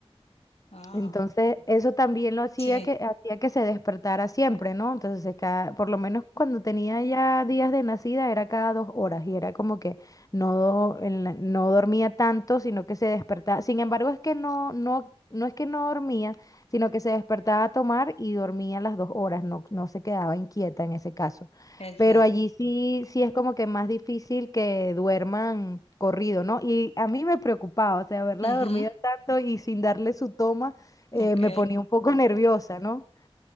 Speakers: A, on the left; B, on the left.
A: Ah,
B: Entonces, eso también lo hacía
A: sí,
B: que, hacía que se despertara siempre, ¿no? Entonces, cada, por lo menos cuando tenía ya días de nacida, era cada dos horas y era como que no, do- en la- no dormía tanto, sino que se despertaba. Sin embargo, es que no, no, no es que no dormía, sino que se despertaba a tomar y dormía las dos horas, no, no se quedaba inquieta en ese caso.
A: exacto.
B: Pero allí sí, sí es como que más difícil que duerman corrido, ¿no? Y a mí me preocupaba, o sea, haberla
A: Ujú,
B: dormido tanto y sin darle su toma eh,
A: ok.
B: me ponía un poco <laughs> nerviosa, ¿no?